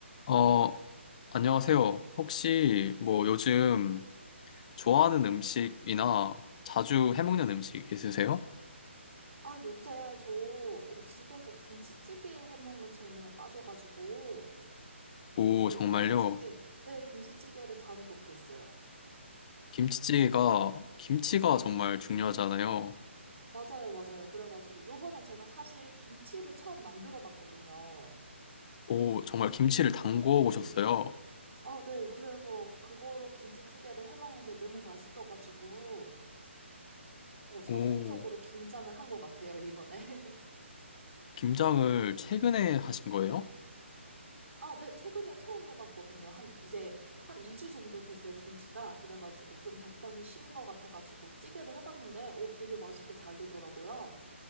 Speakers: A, on the left; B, on the right.
A: 어, 안녕하세요. 혹시 뭐 요즘 좋아하는 음식이나 자주 해먹는 음식 있으세요?
B: 아, 요새 저 어, 집에서 김치찌개 해먹는 재미에 빠져가지고,
A: 오,
B: 네,
A: 정말요?
B: 김치찌개, 네, 김치찌개를 자주 먹고 있어요.
A: 김치찌개가, 김치가 정말 중요하잖아요.
B: 맞아요, 맞아요. 그래가지고, 요번에 제가 사실 김치를 처음 만들어 봤거든요.
A: 오, 정말 김치를 담궈 보셨어요?
B: 아, 네, 그래서 그거로 김치찌개를 해먹는데 너무 맛있어가지고, 어, 성공적으로
A: 오,
B: 김장을 한 것 같아요, 이번에. <laughs>
A: 김장을 최근에 하신 거예요?
B: 아, 네, 최근에 처음 해봤거든요. 한, 이제, 한 2주 정도 됐어요, 김치가. 그래가지고 좀 적당히 쉰 것 같아가지고 찌개를 해봤는데, 오, 되게 맛있게 잘 되더라고요.